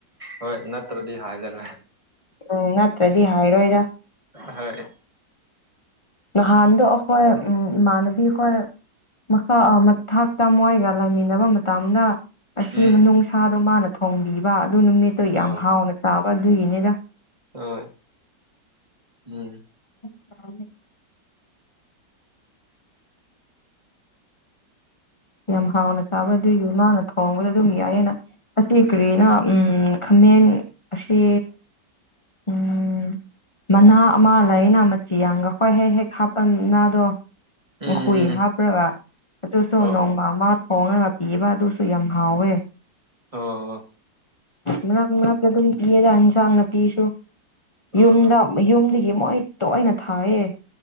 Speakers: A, on the right (about 20°); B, on the left (about 25°).
A: ꯍꯣꯏ ꯅꯠꯇ꯭ꯔꯗꯤ ꯍꯥꯏ ꯂꯩꯕ
B: ꯎ ꯅꯠꯇ꯭ꯔꯗꯤꯍ ꯍꯥꯏꯣꯏꯗ
A: ꯍꯣꯏ
B: ꯅꯍꯥꯟꯗ ꯑꯩꯈꯣꯏ ꯎꯝ ꯏꯃꯥꯟꯕꯤꯈꯣꯏ ꯃꯈꯥ ꯃꯊꯥꯛꯇ ꯃꯣꯏꯒ ꯂꯩꯃꯤꯟꯅꯕ ꯃꯇꯝꯗ ꯑꯁꯤ
A: ꯎꯝ
B: ꯅꯨꯡꯁꯥꯗꯣ ꯃꯥꯅ ꯊꯣꯡꯕꯤꯕ ꯑꯗꯨ ꯅꯨꯃꯤꯠꯇꯣ ꯌꯥꯝ
A: ꯑ
B: ꯍꯥꯎꯅ ꯆꯥꯕ ꯑꯗꯨꯒꯤꯅꯤꯗ
A: ꯍꯣꯏ ꯎꯝ
B: ꯑ ꯌꯥꯝ ꯍꯥꯎꯅ ꯆꯥꯕ ꯑꯗꯨꯏ ꯃꯥꯅ ꯊꯣꯡꯕꯗ ꯑꯗꯨꯝ ꯌꯥꯏꯑꯌꯦꯅ ꯑꯁꯤ ꯀꯔꯤꯅ ꯎꯝ ꯈꯥꯃꯦꯟ ꯑꯁꯤ
A: <inaudible>
B: ꯎꯝ ꯃꯅꯥ ꯑꯃ ꯂꯩꯅ ꯃꯆꯤ ꯌꯥꯝꯒ ꯍꯣꯏ ꯍꯦꯛ ꯍꯦꯛ ꯍꯥꯞꯄꯟꯅꯗꯣ
A: ꯎꯝ ꯎꯝ
B: ꯍꯨꯏ
A: ꯎꯝ
B: ꯍꯥꯞꯄ꯭ꯔꯒ ꯑꯗꯨꯁꯨ
A: ꯑꯣ
B: ꯅꯣꯡꯃ ꯑꯃ ꯍꯣꯡꯉꯒ ꯄꯤꯕ ꯑꯗꯨꯁꯨ ꯌꯥꯝ ꯍꯥꯎꯋꯦ
A: ꯑ
B: ꯃꯅꯥꯛ ꯃꯅꯥꯛꯇ ꯑꯗꯨꯝ ꯄꯤꯌꯦꯗ ꯌꯦꯟꯁꯥꯡꯅ ꯄꯤꯁꯨ
A: ꯑ
B: ꯌꯨꯝꯗ ꯌꯨꯝꯗꯒꯤ ꯃꯣꯏ ꯇꯣꯏꯅ ꯊꯥꯏꯌꯦ